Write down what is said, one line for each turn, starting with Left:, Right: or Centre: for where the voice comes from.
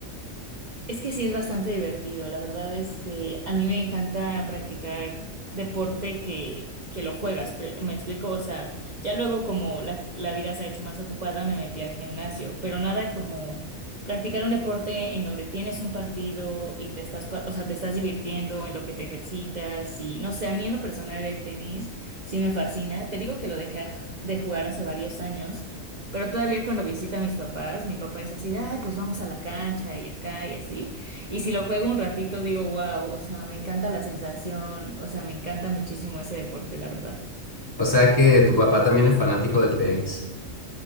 Right: Es que sí es bastante divertido. La verdad es que a mí me encanta practicar deporte que, que lo juegas. pre- Me explico, o sea, ya luego como la, la vida se ha hecho más ocupada, me metí al gimnasio, pero nada como practicar un deporte en donde tienes un partido y te estás, pa- o sea, te estás divirtiendo en lo que te ejercitas y no sé, a mí en lo personal el tenis sí me fascina. Te digo que lo dejé de jugar hace varios años pero todavía cuando visita a mis papás, mi papá es así de, ay, pues vamos a la cancha y acá y así. Y si lo juego un ratito, digo, wow, o sea, me encanta la sensación, o sea, me encanta muchísimo ese deporte, la verdad.
Left: O sea que tu papá también es fanático del tenis.